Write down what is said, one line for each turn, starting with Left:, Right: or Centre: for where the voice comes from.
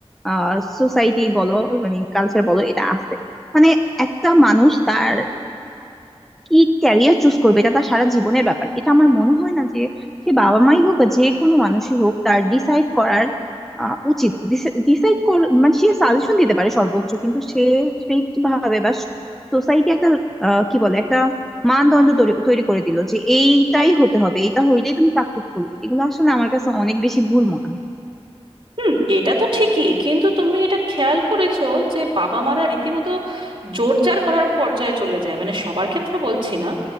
Centre: আহ সোসাইটি বলো মানে কালচার বলো এটা আছে মানে একটা মানুষ তার কি ক্যারিয়ার চুজ করবে এটা তার সারা জীবনের ব্যাপার এটা আমার মনে হয় না যে সে বাবা মাই হোক বা যে কোনো মানুষই হোক তার ডিসাইড করার আহ, উচিত ডিসাইড কর মানে সে সাজেশন দিতে পারে সর্বোচ্চ কিন্তু সে স্ট্রিক্ট ভাবে বা সোসাইটি একটা আহ, কি বলে একটা মানদণ্ড তৈরি তৈরি করে দিল যে এইটাই হতে হবে এটা হইলেই তুমি সাকসেসফুল এগুলো আসলে আমার কাছে অনেক বেশি ভুল মনে হয়
Right: হুম এটা তো ঠিকই কিন্তু তুমি এটা খেয়াল করেছো যে বাবা মারা রীতিমতো জোর জার করার পর্যায়ে চলে যায় মানে সবার ক্ষেত্রে বলছি না